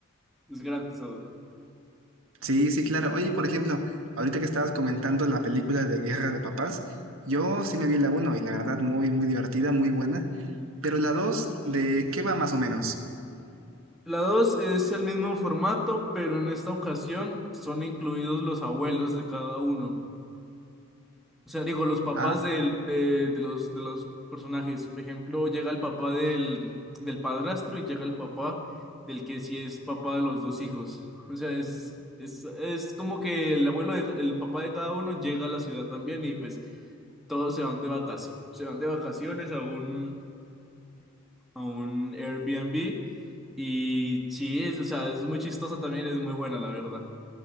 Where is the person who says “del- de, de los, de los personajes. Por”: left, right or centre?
Centre